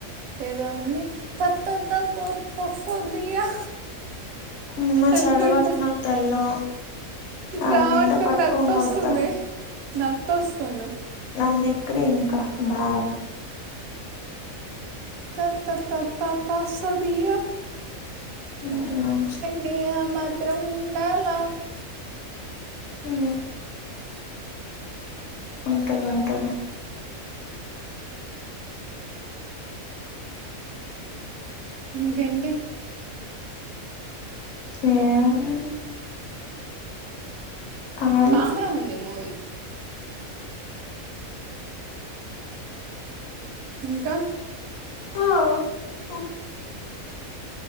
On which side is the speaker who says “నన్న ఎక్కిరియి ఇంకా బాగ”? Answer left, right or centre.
Left